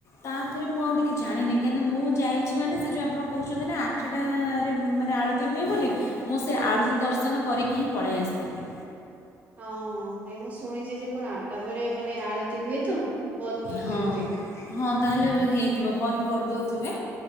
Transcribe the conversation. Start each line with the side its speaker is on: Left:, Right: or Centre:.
Left: ତାପରେ ମୁଁ ଆଉ ଟିକିେ ଜାନିନି କାହିଁକିନା ମୁଁ ଯାଇଛି ମାନେ ସେ ଯଉ ଆପଣ କହୁଛନ୍ତି ନା ଆ ଠଟାରେ ମାନେ ଆଳତି ହୁଏ ବୋଲି ମୁଁ
Right: ହୁଁ
Left: ସେ
Right: ହଁ
Left: ଆଳତି ଦର୍ଶନ କରିକି ହିଁ ପଳେଇ ଆସିଥିଲି।
Right: ହଁ ହଁ ନାଇଁ ମୁଁ ଶୁଣିଛି ଯେ କଣ ଆଠଟା ପରେ ମାନେ ଆଳତି ହୁଏ ତ ବନ୍ଦ କରିଦିଅନ୍ତି।
Left: ହଁ ହଁ ତାହେଲେ ହେଇଥିବ ବନ୍ଦ କରିଦଉଥିବେ